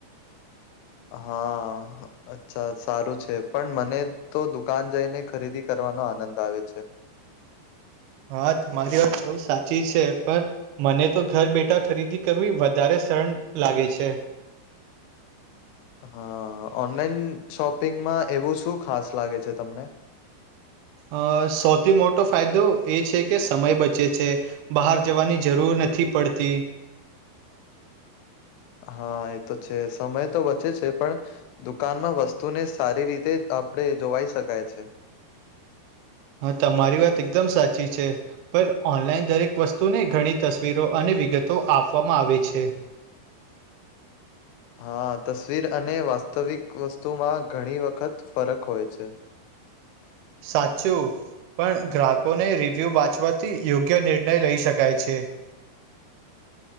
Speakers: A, on the left (about 85°); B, on the right (about 80°).
A: હા. અચ્છા સારું છે. પન મને તો દુકાન જઈને ખરીદી કરવાનો આનંદ આવે છે.
B: હા તમારી વાત બહું સાચી છે પણ મને તો ઘર બેઠા ખરીદી કરવી વધારે સરન લાગે છે.
A: હા. ઓનલાઈન શોપિંગમાં એવું શું ખાસ લાગે છે તમને?
B: અહ સૌથી મોટો ફાયદો એ છે કે સમય બચે છે. બહાર જવાની જરૂર નથી પડતી.
A: હા એ તો છે. સમય તો બચે છે પણ દુકાનમાં વસ્તુને સારી રીતે આપડે જોવાઈ શકાય છે.
B: હા તમારી વાત એકદમ સાચી છે. પર ઓનલાઈન દરેક વસ્તુને ઘણી તસવીરો અને વિગતો આપવામાં આવે છે.
A: હા. તસવીર અને વાસ્તવિક વસ્તુમાં ઘણી વખત ફરક હોય છે.
B: સાચું. પણ ગ્રાહકોને રિવ્યુ વાંચવાથી યોગ્ય નિર્ણય લઈ શકાય છે.